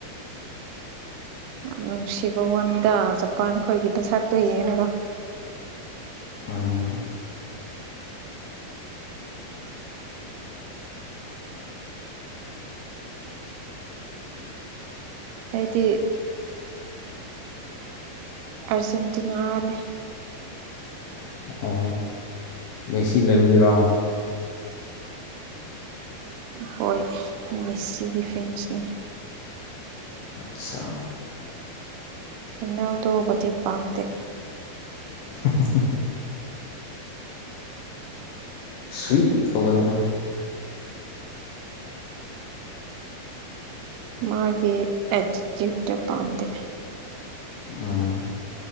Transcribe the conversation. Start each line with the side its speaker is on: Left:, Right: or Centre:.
Right: ꯌꯥꯝ ꯅꯨꯡꯁꯤꯕ ꯋꯥꯅꯤꯗ ꯖꯄꯥꯟ ꯈꯣꯏꯒꯤ ꯕꯟꯁꯥꯛꯇꯣ ꯌꯦꯡꯉꯒ
Left: ꯎꯝ
Right: ꯑꯩꯗꯤ ꯑꯔꯖꯦꯟꯇꯤꯅꯥꯅꯤ
Left: ꯑꯣ ꯃꯦꯁꯤ ꯂꯩꯕꯤꯒꯔꯣ
Right: ꯍꯣꯏ ꯃꯦꯁꯤꯒꯤ ꯐꯦꯟꯁꯅꯦ
Left: ꯑꯆꯥꯥ <unintelligible>
Right: ꯃꯟꯅꯎꯗꯣꯕꯗꯤꯤ ꯄꯝꯗꯦ
Left: <unintelligible> ꯁꯨꯏ ꯇꯧꯕꯗ
Right: ꯃꯥꯒꯤ ꯑꯦ ꯆꯤꯇ ꯄꯥꯝꯗꯦ
Left: ꯑꯥꯝ